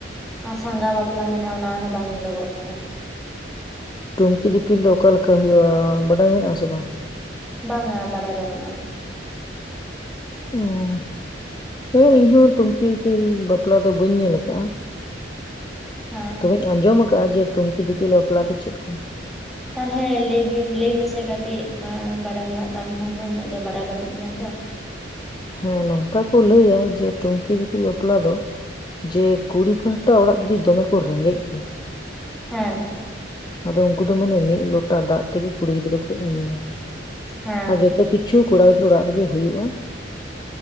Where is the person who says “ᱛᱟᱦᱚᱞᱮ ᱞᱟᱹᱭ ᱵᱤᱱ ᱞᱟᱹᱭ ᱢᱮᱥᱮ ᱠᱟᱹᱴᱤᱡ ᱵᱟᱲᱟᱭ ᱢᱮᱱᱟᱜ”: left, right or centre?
Centre